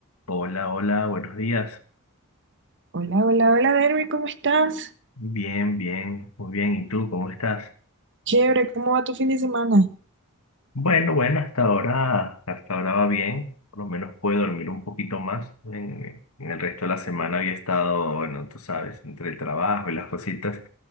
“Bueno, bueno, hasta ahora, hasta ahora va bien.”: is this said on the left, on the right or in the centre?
Left